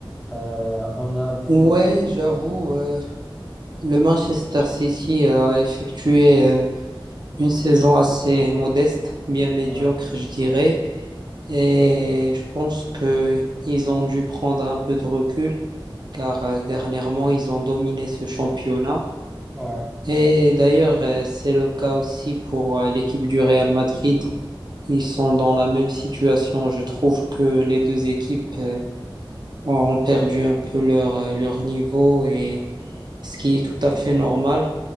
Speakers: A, in the centre; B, on the right (about 55°).
A: Euh, on a vu.
B: Ouais, j'avoue,
A: Ouais,
B: euh, le Manchester City a effectué euh, une saison assez modeste, ou bien médiocre,
A: ouais,
B: je dirais. Et je pense que ils ont dû prendre un peu de recul, car euh, dernièrement, ils ont dominé ce championnat.
A: ouais.
B: Et d'ailleurs, euh, c'est le cas aussi pour euh, l'équipe du Real Madrid. Ils sont dans la même situation. Je trouve que les deux équipes euh, ont perdu un peu leur, euh, leur niveau et ce qui est tout à fait normal